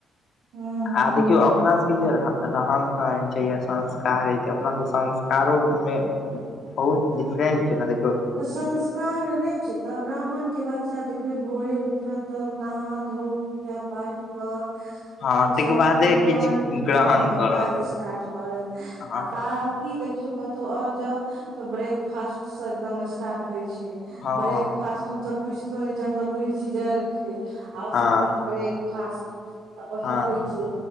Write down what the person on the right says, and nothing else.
हँ हँ
हँ
तऽ संस्कार नैय छैय। तऽ ब्राह्मण के बच्चा देखबै भोरे उठत तब नहा धो पूजा पाठ कऽ। <unintelligible>
तहन
स अपन
घर
हां
काज स्टार्ट करत
आ बा की देखियो कतौ और जाउ तऽ ब्रेकफास्ट से एकदम स्टार्ट होइ छैय।
ब्रेक फास्ट हम सब बुझतो ने छियै, हमसब बुझैय छियै जलखैं आ ओ
सब कहत ब्रेक फास्ट तऽ ओहाइय
होइय छैय।